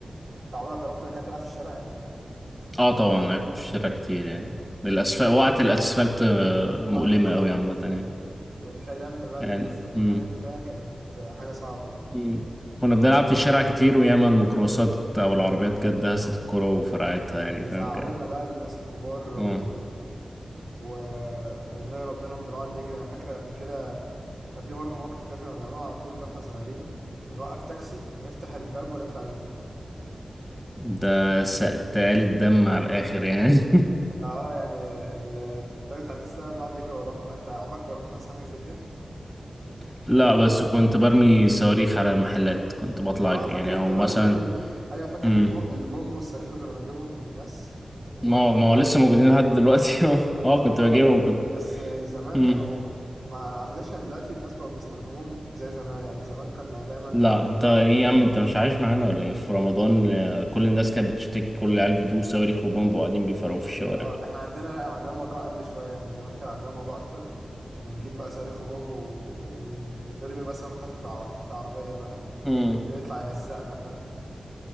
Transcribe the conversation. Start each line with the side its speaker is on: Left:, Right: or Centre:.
Right: انت عمرك جربت كده تلعب في الشارع يعني
Centre: اه طبعا لعبت في الشارع كتير يعني بالاسفل وقعت الاسفلت آه، مؤلمة
Right: اه تتعور
Centre: قوي عامة يعني
Right: وتلاقي دم بقى
Centre: يعني
Right: بينزل من
Centre: م.
Right: كل حته كانت آه، حاجه صعبه
Centre: مم. كنا بنلعب في الشارع كتير وياما الميكروباصات او العربيات جت دهست الكرة وفرقعتها
Right: وبيزعقوا
Centre: يعني فاهم كان
Right: لنا بقى الناس الكبار و...
Centre: اه
Right: و... وبنهرب منهم بنقعد نجري انا فاكر قبل كده كان في برضه موقف كده كنا بنعمله على طول واحنا صغيرين بنوقف تاكسي ونفتح الباب ونطلع نجري
Centre: ده سقتال الدم على الاخر يعني
Right: اه يعني ال- التاكسي بتاع التاكسي ده بيقعد يجري ورانا بقى انت عمرك جربت مثلا حاجه زي كده
Centre: <laughs> لا بس كنت برمي صواريخ على المحلات كنت بطلع
Right: اه
Centre: اجري
Right: فاكر
Centre: يعني او
Right: انت بقى
Centre: مثلا
Right: اللي هي ال- ايوه فاكر
Centre: مم.
Right: الب... البومب والصاروخ اللي كنا بنجيبهم من الناس و
Centre: ما هو ما هو لسه موجودين لحد دلوقتي <laughs> اه آه، كنت
Right: اه
Centre: بجيبهم كنت
Right: بس زمان
Centre: مم.
Right: كانوا ما اعتقدش ان دلوقتي الناس بقوا بيستخدموهم زي زمان يعني زمان كنا دايما
Centre: لا انت ايه يا عم انت مش عايش معانا ولا ايه في رمضان آه، كل الناس كانت بتشتكي كل العيال بيجيبوا صواريخ وبومب وقاعدين بيفرقوا في الشوارع
Right: اه احنا عندنا لا عندنا موضوع اقل شويه يعني زمان كان عندنا موضوع اكتر بنجيب بقى صاروخ وبومب و- ونرمي بقى صاروخ تحت عر... تحت عربيه بقى
Centre: مم.
Right: بيطلع يهزقنا فاهم